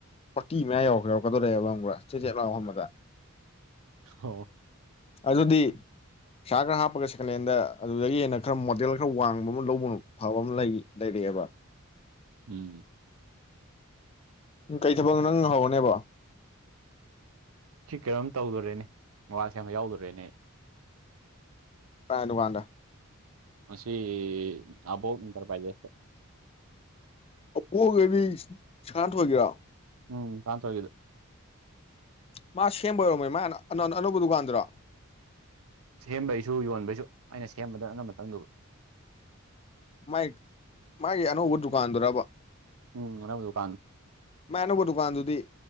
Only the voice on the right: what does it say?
ꯎꯝ
ꯑꯣ꯫
ꯎꯝ꯫
ꯁꯤ ꯀꯩꯅꯣꯝ ꯇꯧꯗꯣꯔꯦꯅꯦ ꯃꯣꯕꯥꯜꯁꯦꯝꯕ ꯌꯥꯎꯗꯣꯔꯦꯅꯦ꯫
ꯃꯁꯤ ꯑꯕꯣ ꯏꯇꯔ ꯄꯥꯏꯗꯔꯦꯁꯇ꯫
ꯎꯝ ꯁꯥꯅꯥ ꯊꯣꯏꯒꯤꯗꯨ꯫
ꯁꯦꯝꯕꯩꯁꯨ ꯌꯣꯟꯕꯩꯁꯨ ꯑꯩꯅ ꯁꯦꯝꯕꯗ ꯑꯉꯝꯕꯇ꯫ <unintelligible>
ꯎꯝ ꯑꯅꯧꯕ ꯗꯨꯀꯥꯟ